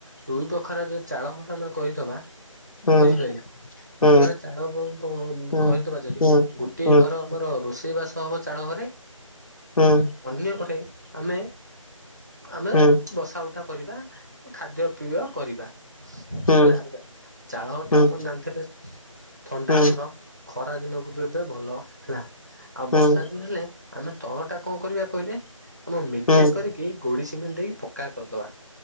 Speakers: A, on the right (about 30°); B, on the left (about 90°).
A: ଦୁଇ ବଖରା ଯୋଉ ଚାଳ ଫ ଆ କରି
B: ହୁଁ
A: ବୁଝି ପାଇଲେ?
B: ହୁଁ
A: ଦିବାହ ଚାଳ
B: ହୁଁ
A: କରିଦବା ଯଦି
B: ହୁଁ
A: ଗୋଟିଏ
B: ହୁଁ
A: ଘର ଆମର ରୋଷେଇ ଇ ବାସ ହବ ଚାଳ ଘରେ
B: ହୁଁ
A: ଅନ୍ୟ ଘରେ ଆମେ ଆମେ
B: ହୁଁ
A: ବସା ଉଠା କରିବା, ଖାଦ୍ୟପେୟ କରିବା
B: ହୁଁ
A: ହେଲା। ଚାଳ
B: ହୁଁ
A: ତ ଆପଣ ଜାଣିଥିବେ ଥଣ୍ଡା
B: ହୁଁ
A: ଘର ଖରା ଦିନକୁ ବି ଏବେ ଭଲ। ହେଲା ଆଉ
B: ହୁଁ
A: ବର୍ଷା ଦିନ ହେଲେ ଆମେ ତଳ ଟା କଣ କରିବା କହିଲେ ଆମ ମେଜିଆ
B: ହୁଁ ହୁଁ ହୁଁ
A: କରିକି ଗୋଡି ସିମେଣ୍ଟ ଦେଇକି ପକ୍କା କରିଦବା